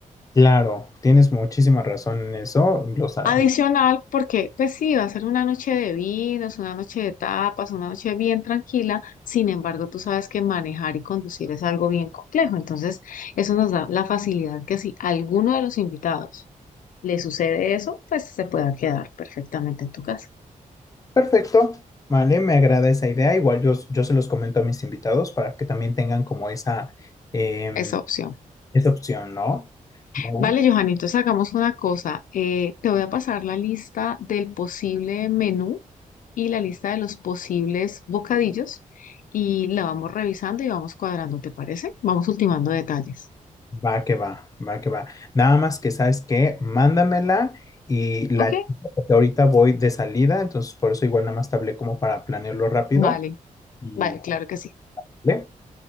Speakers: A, on the left; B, on the left.
A: Claro, tienes muchísima razón en eso. Los, a-
B: Adicional, porque pues sí, va a ser una noche de vinos, una noche de tapas, una noche bien tranquila. Sin embargo, tú sabes que manejar y conducir es algo bien complejo. Entonces, eso nos da la facilidad que si a alguno de los invitados le sucede eso, pues se pueda quedar perfectamente en tu casa.
A: perfecto, vale, me agrada esa idea. Igual yo, yo se los comento a mis invitados para que también tengan como esa, em,
B: Esa opción.
A: esa opción, ¿no? ¿No?
B: Vale, Johan, entonces hagamos una cosa. eh, te voy a pasar la lista del posible menú y la lista de los posibles bocadillos y la vamos revisando y vamos cuadrando, ¿te parece? Vamos ultimando detalles.
A: Va que va, va que va. Nada más que sabes que mándamela y la
B: ¿Ok?
A: chica, porque ahorita voy de salida, entonces por eso igual nada más te hablé como para planearlo rápido
B: Vale,
A: y
B: vale, claro que sí.
A: ¿vale?